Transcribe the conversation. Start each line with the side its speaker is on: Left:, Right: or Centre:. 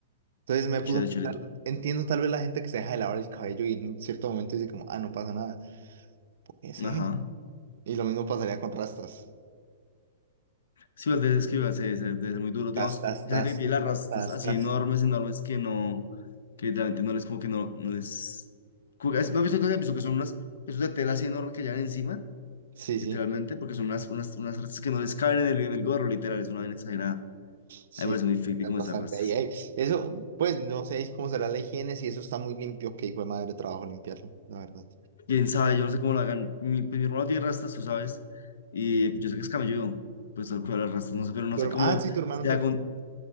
Right: Entonces me puso
Left: Chévere,
Right: a pensar,
Left: chévere.
Right: entiendo tal vez la gente que se deja de lavar el cabello y en un cierto momento dice como, ah, no pasa nada. ¿Qué sé?
Left: Ajá.
Right: Y lo mismo pasaría con rastas.
Left: Sí, pues, es que igual se- se- debe ser muy duro. Digamos,
Right: Tas, tas,
Left: esa
Right: tas.
Left: gente que tiene las rastas
Right: Tas,
Left: así
Right: tas.
Left: enormes, enormes que no, que literalmente no les, como que no, no les. como que- ¿No has visto que, has visto que son unas, esos de tela así enormes que llevan encima?
Right: Sí, sí.
Left: literalmente, porque son unas, unas, unas rastas que no les caben en el, en el gorro, literal, es una vaina exagerada. A mí
Right: Sí,
Left: me parece muy creepy
Right: es
Left: como
Right: bastante
Left: estas rastas.
Right: ahí, ahí. Eso, pues no sé cómo será la higiene, si eso está muy limpio, que hijo de madre trabajo limpiarlo, la verdad.
Left: Quién sabe, yo no sé cómo lo hagan. Mi, pues, mi hermano tiene rastas, tú sabes, y yo sé que es camelludo, pues al cual las rastas, no sé, pero no
Right: Tu
Left: sé
Right: herma-
Left: cómo
Right: ah, sí, tu hermano
Left: sea
Right: tiene
Left: con.
Right: rastas.